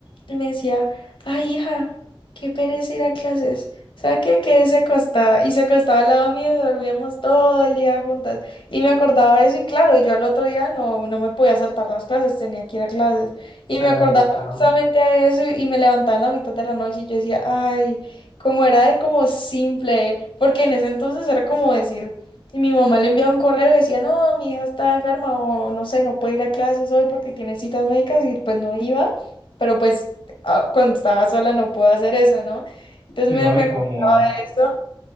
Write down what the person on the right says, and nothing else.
Ay,
sí.
No,
y
como,